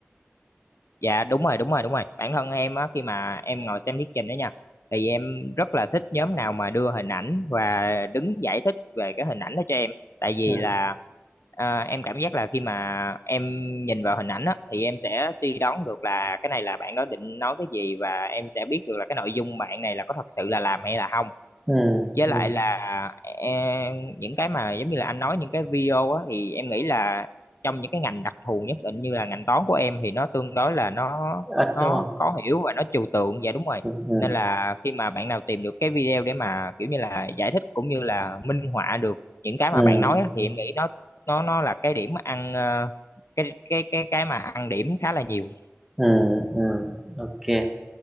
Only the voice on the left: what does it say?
Dạ đúng rồi đúng rồi đúng rồi bản thân em á khi mà em ngồi xem thuyết trình đó nha thì em rất là thích nhóm nào mà đưa hình ảnh và đứng giải thích về cái hình ảnh đó cho em tại vì
là à, em cảm giác là khi mà em nhìn vào hình ảnh á thì em sẽ suy đoán được là cái này là bạn đó định nói cái gì và em sẽ biết được là cái nội dung bạn này là có thật sự là làm hay là không
với
lại là em, những cái mà giống như là anh nói những cái video á thì em nghĩ là trong những cái ngành đặc thù nhất định như là ngành toán của em thì nó tương đối là nó
nó
khó hiểu và nó trừu tượng dạ đúng rồi
nên là khi mà bạn nào tìm được cái video để mà kiểu như là giải thích cũng như là minh họa được những cái
mà bạn nói á,
thì em nghĩ nó nó nó là cái điểm ăn ờ, cái cái cái cái mà ăn điểm khá là nhiều